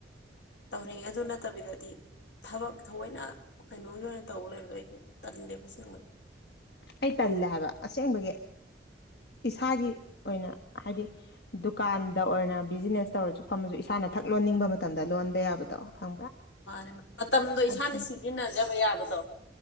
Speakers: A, on the left (about 80°); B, on the left (about 65°).
A: ꯇꯧꯅꯤꯡꯉꯦ ꯑꯗꯨ ꯅꯠꯇꯕꯤꯗꯗꯤ ꯊꯕꯛ ꯊꯑꯣꯏꯅ ꯀꯩꯅꯣꯒꯤ ꯑꯣꯏꯅ ꯇꯧ ꯂꯩꯕꯗꯣ ꯑꯩꯁꯦ ꯇꯜꯂꯦꯕ ꯑꯁꯦꯡꯕꯩ
B: ꯑꯩ ꯇꯜꯂꯦ ꯍꯥꯏꯕ ꯑꯁꯦꯡꯕꯒꯤ ꯏꯁꯥꯒꯤ ꯑꯣꯏꯅ ꯍꯥꯏꯗꯤ ꯗꯨꯀꯥꯟꯗ ꯑꯣꯏꯅ ꯕꯤꯖꯤꯅꯦꯁ ꯇꯧꯔꯁꯨ ꯐꯝꯃꯁꯨ ꯏꯁꯥꯅ ꯊꯛ ꯂꯣꯟꯅꯤꯡꯕ ꯃꯇꯝꯗ ꯂꯣꯟꯕ ꯌꯥꯕꯗꯣ ꯈꯪꯕ꯭ꯔꯥ
A: ꯃꯥꯅꯦ ꯃꯇꯝꯗꯣ ꯏꯁꯥꯅ
B: ꯑꯗꯨ
A: ꯁꯤꯖꯤꯟꯅꯖꯕ ꯌꯥꯕꯗꯣ